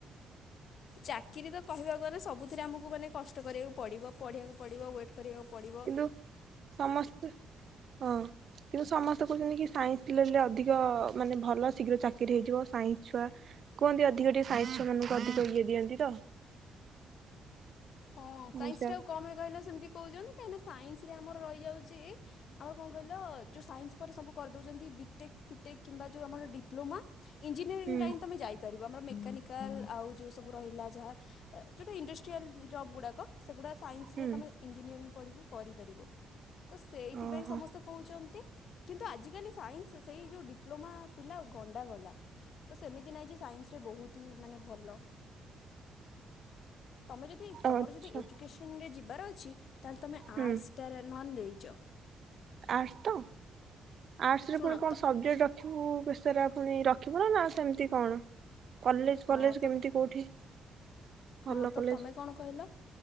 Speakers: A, on the left; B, on the right.
A: ଚାକିରି ତ କହିବାକୁ ଗଲେ ସବୁଥିରେ ଆମକୁ ମାନେ କଷ୍ଟ କରିବାକୁ ପଡିବ ପଢିବାକୁ ପଡିବ ୱେଟ କରିବାକୁ ପଡିବ।
B: କିନ୍ତୁ ସମସ୍ତେ ହଁ କିନ୍ତୁ ସମସ୍ତେ କହୁଛନ୍ତି କି ସାଇନ୍ସ ପିଲ ଅଧିକ ମାନେ ଭଲ ଶୀଘ୍ର ଚାକିରି ହେଇଯିବ ସାଇନ୍ସ ଛୁଆ କୁହନ୍ତି ଅଧିକ ଟିକେ ସାଇନ୍ସ ଛୁଆ ମାନଙ୍କୁ ଅଧିକ ଇଏ ଦିଅନ୍ତି ତ।
A: ହଁ ସାଇନ୍ସ
B: ମୁଁ ସେୟା
A: ଟା କମ ହୁଏ କହିଲ ସେମିତି କହୁଚନ୍ତି କାହିଁକି ନା ସାଇନ୍ସରେ ଆମର ରହିଯାଉଚି, ଆମର କଣ କହିଲ ଯୋଉ ସାଇନ୍ସ ପରେ ସବୁ କରିଦଉଚନ୍ତି ବିଟେକ୍ ଫିଟେକ୍ କିମ୍ବା ଯୋଉ ଆମର ଡିପ୍ଲୋମା ଇଞ୍ଜିନିୟରିଙ୍ଗ
B: ହୁଁ
A: ଲାଇନ୍ ତୋମେ ଯାଇପାରି ବ ଆମର ମେକାନିକାଲ୍ ଆଉ ଯୋଉ ସବୁ ରହିଲା ଯାହା ଅ, ଯୋଉଟା ଇଣ୍ଡଷ୍ଟ୍ରିଆଲ ଉଁ, ଜବ୍ ଗୁଡାକ। ସେ ଗୁଡ଼ା ସାଇନ୍ସରେ
B: ହୁଁ
A: ତୋମେ ଇଞିନିୟରିଂ ପଢିକି କରିପାରିବ। ତ ସେଇଥିପାଇଁ
B: ଓହୋ
A: ସମସ୍ତେ କହୁଚନ୍ତି କିନ୍ତୁ ଆଜିକାଲି ସାଇନ୍ସ ସେଇ ଯୋଉ ଡିପ୍ଲୋମା ପିଲା ଗଣ୍ଡା ଗଣ୍ଡା, ତ ସେମିତି ନାଇଁ ଯେ ସାଇନ୍ସ ରେ ବହୁତ ହି ମାନେ ଭଲ। ତୋମେ ଯଦି ତୋମର
B: ଆଚ୍ଛା
A: ଯଦି ଏଜୁକେସନ୍ ରେ ଯି ବର ଅଛି ତାହେଲେ ତୋମେ ଆର୍ଟସ୍
B: ହୁଁ
A: ଟାରେ ନହେନ ନେଇ ଜ
B: ଆର୍ଟସ ତ। ଆର୍ଟସ ରେ
A: ଶୁଣ
B: ପୁଣି କଣ
A: ତ
B: ସବଜେକ୍ଟ ରଖିବୁ? ବିଷରା ପୁଣି ରଖିବୁ ନା, ନା ସେମତି କଣ? କଲେଜ୍
A: ହଁ
B: କଲେଜ୍
A: ତ
B: କେମିତି କୋଉଠି? ଭଲ
A: ହଁ ତ
B: କଲେଜ?
A: ତୋମେ କଣ କହିଲ?